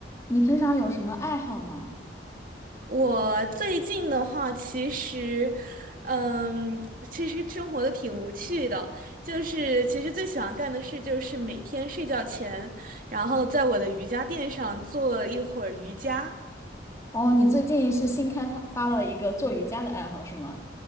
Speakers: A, on the left; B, on the right.
A: 你平常有什么爱好吗？
B: 我最近的话，其实，嗯，其实生活的挺无趣的，就是其实最喜欢干的事就是每天睡觉前，然后在我的瑜伽垫上做一会儿瑜伽。
A: 哦，你最近是新开发发了一个做瑜伽的爱好是吗？